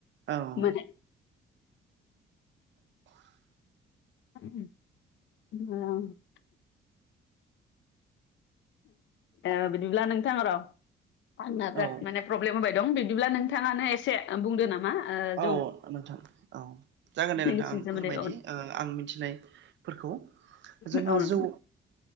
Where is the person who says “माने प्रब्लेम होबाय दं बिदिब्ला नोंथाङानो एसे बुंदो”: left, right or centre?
Left